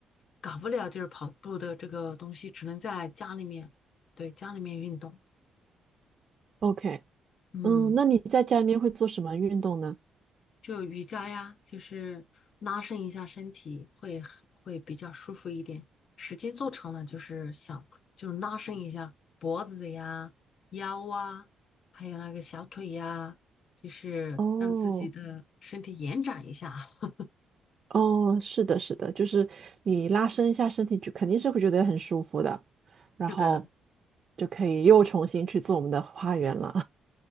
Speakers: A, on the left; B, on the right.
A: 搞不了就是跑步的这个东西，只能在家里面，对，家里面运动。
B: ？OK，
A: 嗯，
B: 嗯，那你在家里面会做什么运动呢？
A: 就瑜伽呀，就是拉伸一下身体，会很会比较舒服一点。时间做长了，就是想就是拉伸一下脖子呀、腰啊，还有那个小腿呀，就是让自己的身体延展一下。
B: 哦，
A: <laughs>
B: 哦，是的，是的，就是你拉伸一下身体，就肯定是会觉得很舒服的，然后
A: 是的，
B: 就可以又重新去做我们的花园了。